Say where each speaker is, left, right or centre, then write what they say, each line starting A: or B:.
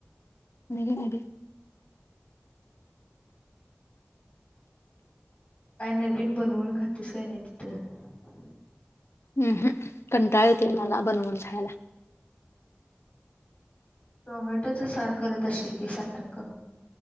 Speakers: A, on the left; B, on the left.
A: मी काय नई बाई
B: काय नवीन बनवून खतीस काय नाही तिथं
A: हम्म हम्म कटाळ येतोय मला बनवून खायला
B: टोमॅटोचं सार करत असचील की सारखं.